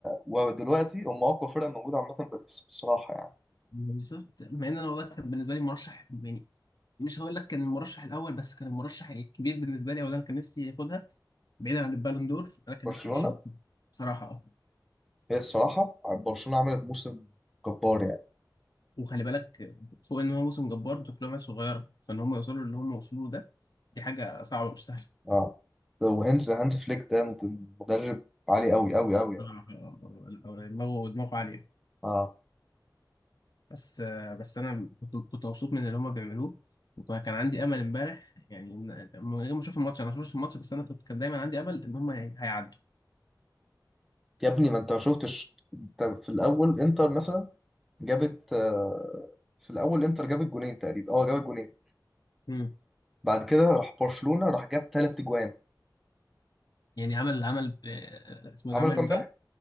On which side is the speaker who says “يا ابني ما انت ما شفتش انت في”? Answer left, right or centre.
Centre